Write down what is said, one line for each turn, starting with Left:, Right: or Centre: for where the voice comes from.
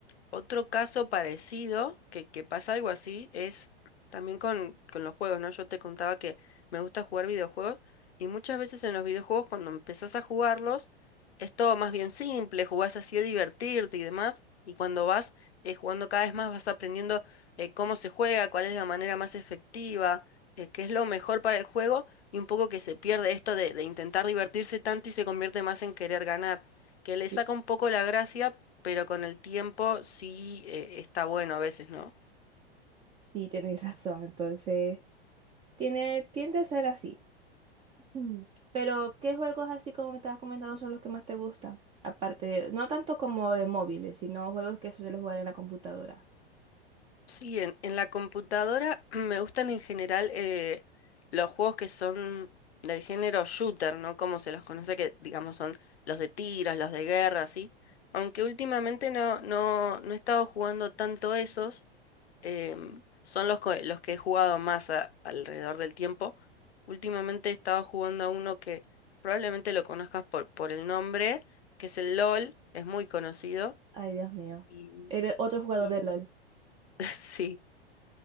Left: otro caso parecido, que, que pasa algo así, es también con, con los juegos, ¿no? Yo te contaba que me gusta jugar videojuegos y muchas veces en los videojuegos cuando empezás a jugarlos es todo más bien simple, jugás así a divertirte y demás, y cuando vas eh, jugando cada vez más vas aprendiendo eh, cómo se juega, cuál es la manera más efectiva, eh, qué es lo mejor para el juego y un poco que se pierde esto de, de intentar divertirse tanto y se convierte más en querer ganar que le saca
Right: Y,
Left: un poco la gracia, pero con el tiempo sí eh, está bueno a veces, ¿no?
Right: y tenéis razón, entonces tiene, tiende a ser así. Mm. Pero, ¿qué juegos así como me estabas comentando son los que más te gustan? Aparte, no tanto como de móviles, sino juegos que suelo jugar en la computadora.
Left: Sí, en, en la computadora <clears throat> me gustan en general eh, los juegos que son del género shooter, ¿no? Como se los conoce, que digamos son los de tiros, los de guerra, ¿sí? Aunque últimamente no, no, no he estado jugando tanto esos, em, son los, co- los que he jugado más a- alrededor del tiempo. Últimamente he estado jugando a uno que probablemente lo conozcas por, por el nombre, que es el LOL, es muy conocido.
Right: Ay, Dios mío.
Left: Y,
Right: Eres otro jugador
Left: y...
Right: de LOL.
Left: <laughs> Sí.